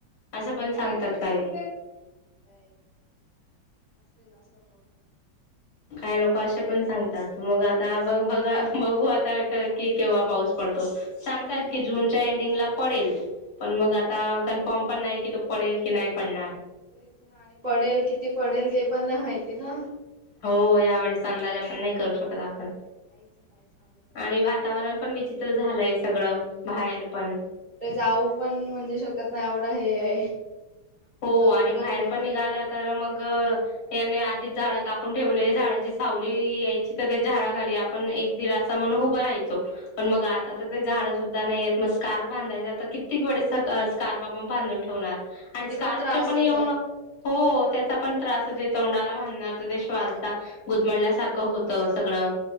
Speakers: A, on the left; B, on the right.
A: असं पण सांगतात काही.
B: <unintelligible> असेल, असं मग.
A: काय लोक असे पण सांगतात. मग आता बघा बघू आता क की, केव्हा पाऊस पडतो. सांगतात
B: तेच ना.
A: जून च्या एंडिंगला पडेल. पण मग आता, कन्फर्म पण नाही की, तो पडेल की नाही पडणार.
B: तेच ना आणि पडेल किती पडेल? ते पण नाही माहिती ना.
A: हो, यावेेळेसचा अंदाजा पण नाही करू शकत आपण.
B: काहीच नाही सांगू शकत.
A: आणि वातावरण पण विचित्र झालंय सगळं. बाहेर पण.
B: कुठे जाऊ पण म्हणजे शकत नाही. आवडा हे आहे.
A: हो
B: भरपूरच
A: आणि बाहेर
B: ऊन
A: पण निघाला, तर मग याने आधीच झाड कापून ठेवले. झाडाची सावली यायची, तर ते झाडाखाली आपण एक दिलासा म्हनूण उभं राहायचो पण मग आता तर ते झाडं सुद्धा नाहीयत. मग स्कार्फ बांधायचे, ता कित्य गोडसक स्कार्फ आपण बांधून ठेवणार.
B: त्यांनी
A: आणि स्कार्फच
B: त्रासच
A: पण एवढं
B: आहे
A: हो
B: हा
A: त्याचा पण त्रासचय. तोंडाला भांधणार तर ते श्वास दा गुदमडल्यासारखं होत, सगळं.